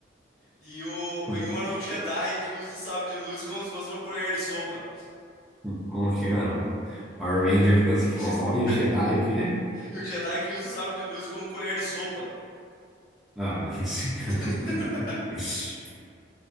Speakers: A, on the left; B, in the centre.
A: e, o,
B: hum,
A: e um era um Jedi que usa o sabre de luz como se fosse uma colher de sopa.
B: hum. Como que é, não? Power Ranger que dança forró
A: <laughs>
B: e o Jedi o quê?
A: E um Jedi que usa o sabre de luz como colher de sopa.
B: Ah, não sei. <laughs>
A: <laughs>